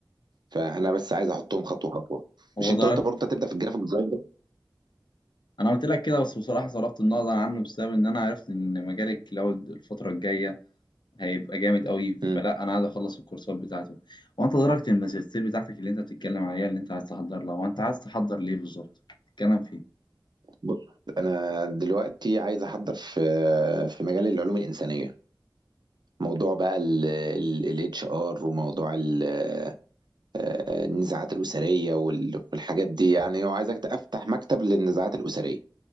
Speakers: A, on the right (about 60°); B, on the left (about 65°).
A: فانا بس عايز احطهم خطوه خطوه
B: هو
A: مش انت
B: ضرب
A: قلت برضه انت هتبدا في الجرافيك ديزاين ده
B: انا قلت لك كده بس بصراحه صرفت النظر عنه بسبب ان انا عرفت ان مجال الكلاود الفتره الجايه هيبقى جامد قوي
A: امم
B: فلا انا عايز اخلص الكورسات بتاعته هو انت درجة الماجستير بتاعتك اللي انت بتتكلم عليها اللي انت عايز تحضر لها وانت عايز تحضر ليه بالظبط تتكلم فيه
A: بص انا دلوقتي عايز احضر في في مجال العلوم الانسانيه موضوع بقى الاتش ار وموضوع ال- آه، النزاعات الاسريه وال- والحاجات دي يعني وعايزك افتح مكتب للنزاعات الاسريه